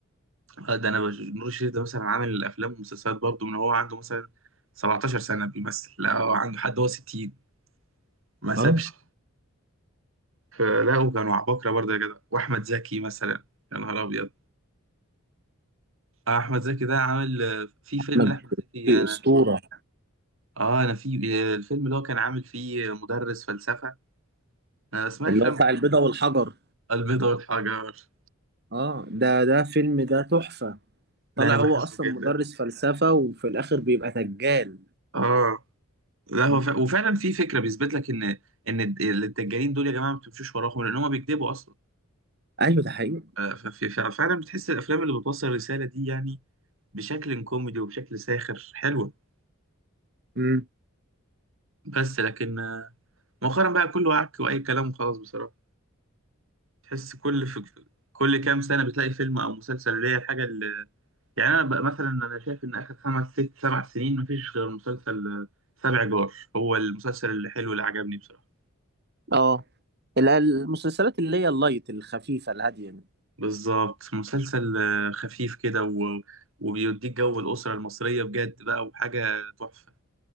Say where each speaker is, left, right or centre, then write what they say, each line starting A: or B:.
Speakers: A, on the right; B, on the right.
A: ده آه، ده انا بش... نور الشريف ده مثلا عامل الافلام والمسلسلات برضه من هو عنده مثلا 17 سنه بيمثل لا هو عنده حد هو 60 ما سابش
B: اه
A: فلاقوا كانوا عباقرة برضه يا جدع وأحمد زكي مثلا يا نهار أبيض آه، أحمد زكي ده عامل آه، في فيلم
B: أحمد
A: لأحمد
B: مكي
A: زكي أنا
B: أسطورة
A: آه أنا في آه، الفيلم اللي هو كان عامل فيه مدرس فلسفة أنا أسمع
B: اللي
A: الأفلام
B: هو
A: بتوع
B: بتاع البيضة
A: عامل
B: والحجر
A: البيضة والحجر
B: اه ده ده فيلم ده تحفة
A: ده
B: طلع
A: أنا
B: هو
A: بحبه
B: أصلا
A: جدا
B: مدرس فلسفة وفي الآخر بيبقى دجال
A: آه لا هو
B: مم.
A: ف... وفعلا في فكرة بيثبت لك إن إن الد- الدجالين دول يا جماعة ما بتمشوش وراهم لأن هم بيكذبوا أصلا
B: ايوه ده حقيقي
A: آه، ف... ف... فعلا بتحس الأفلام اللي بتوصل الرسالة دي يعني بشكل كوميدي وبشكل ساخر حلوة
B: مم.
A: بس لكن آه، مؤخرا بقى كله عك واي كلام وخلاص بصراحه تحس كل في في- كل كام سنه بتلاقي فيلم او مسلسل اللي هي الحاجه اللي يعني انا بقى مثلا انا شايف ان اخر خمس ست سبع سنين مفيش غير مسلسل آه، سبع جار هو المسلسل اللي حلو اللي عجبني بصراحه
B: اه ال- المسلسلات اللي هي اللايت الخفيفة الهادية دي.
A: بالظبط مسلسل آه، خفيف كده و... وبيديك جو الاسره المصريه بجد بقى وحاجه تحفه